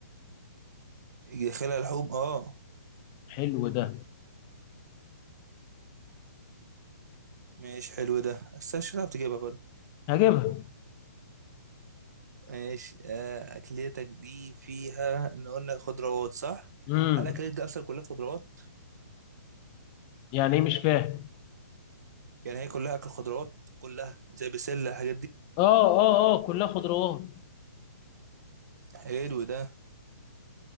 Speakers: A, on the right (about 70°); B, on the left (about 25°).
A: داخلها لحوم أه
B: حلو ده
A: ماشي حلو ده بس مش هتعرف تجيبها برضه
B: هجيبها
A: ماشي آه أكلتك دي فيها إن قلنا خضروات صح؟
B: امم
A: هل أكلتك دي أصلا كلها خضروات؟
B: يعني ايه مش فاهم
A: يعني هي كلها اكل خضروات كلها زي بسله الحاجات دي
B: اه اه اه كلها خضروات
A: حلو ده